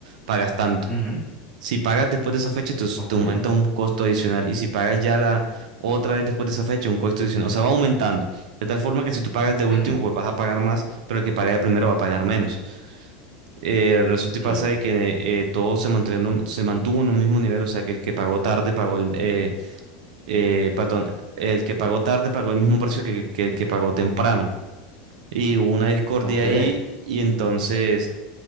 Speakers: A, on the right (about 80°); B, in the centre.
A: pagas tanto.
B: ujú,
A: Si pagas después de esa fecha, te, te
B: Ok,
A: aumenta un costo adicional. Y si pagas ya la otra vez después de esa fecha, un costo adicional. O sea, va aumentando. De tal forma que si tú pagas de último,
B: ujú,
A: pues vas a pagar más, pero el que paga de primero va a pagar menos. Eh, resulta
B: ok,
A: y pasa de que eh, todo se mantuvieron- se mantuvo en un mismo nivel, o sea que el que pagó tarde pagó el, eh, eh, perdón, el que pagó tarde pagó el mismo precio que, que el que pagó temprano. Y hubo una discordia
B: ok.
A: ahí y entonces